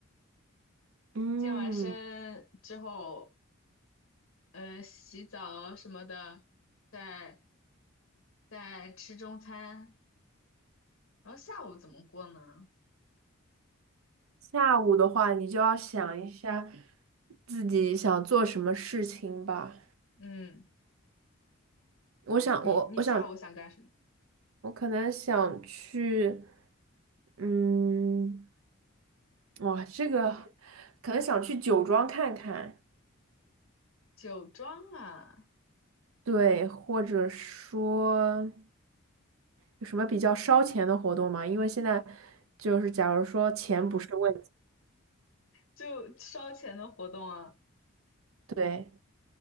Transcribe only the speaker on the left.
健完身之后，嗯，洗澡什么的，再再吃中餐，然后下午怎么过呢？
嗯，
你你下午想干什么？
酒庄啊，
就烧钱的活动啊。